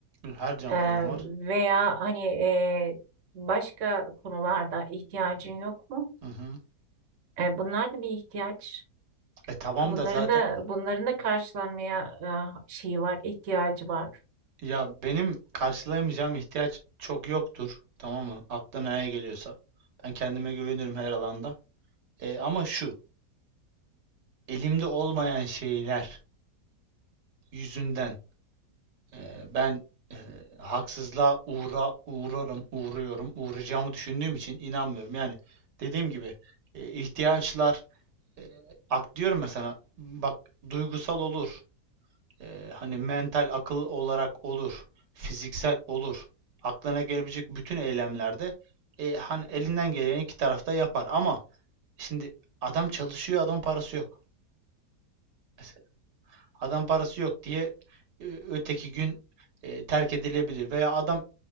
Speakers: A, on the right (about 85°); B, on the right (about 50°).
A: Her canlının
B: Ee,
A: var.
B: veya hani e, başka konularda ihtiyacın yok mu?
A: Hı hı.
B: Ee, bunlar da bir ihtiyaç.
A: E tamam
B: Bunların
A: da zaten
B: da bunların da karşılanmaya e, şeyi var, ihtiyacı var.
A: Ya benim karşılayamayacağım ihtiyaç çok yoktur. Tamam mı? Aklına ne geliyorsa. Ben kendime güvenirim her alanda. E, ama şu, elimde olmayan şeyler yüzünden e, ben e, haksızlığa uğra uğrarım, uğruyorum, uğrayacağımı düşündüğüm için inanmıyorum. Yani dediğim gibi e, ihtiyaçlar e, ak diyorum ya sana bak duygusal olur. Ee, hani mental akıl olarak olur, fiziksel olur. Aklına gelebilecek bütün eylemlerde e, hani elinden geleni iki tarafta yapar ama şimdi adam çalışıyor, adam parası yok. Mesela adam parası yok diye e, öteki gün e, terk edilebilir veya adam